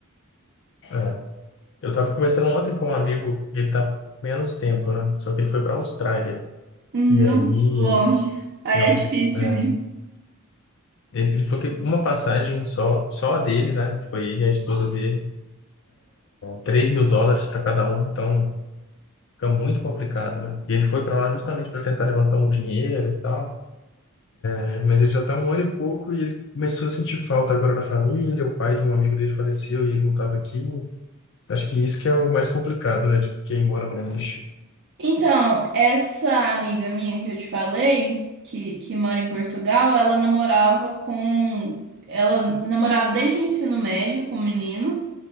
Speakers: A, on the left (about 55°); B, on the right (about 50°).
A: É. Eu tava conversando ontem com um amigo, e ele tá menos tempo, né? Só que ele foi para Austrália.
B: No
A: E aí
B: longe. <laughs> Aí
A: eu
B: é difícil
A: é,
B: de vir.
A: Ele, ele falou que uma passagem só, só a dele, né? Foi ele e a esposa dele, três mil dólares para cada um, então fica muito complicado, né? E ele foi para lá justamente para tentar levantar um dinheiro e tal, né? Mas ele já tá um ano e pouco e ele começou a sentir falta agora da família, o pai de um amigo dele faleceu e ele não estava aqui. Acho que isso que é o mais complicado, né? De quem mora longe.
B: Então, essa amiga minha que eu te falei, que, que mora em Portugal, ela namorava com. Ela namorava desde o ensino médio com um menino.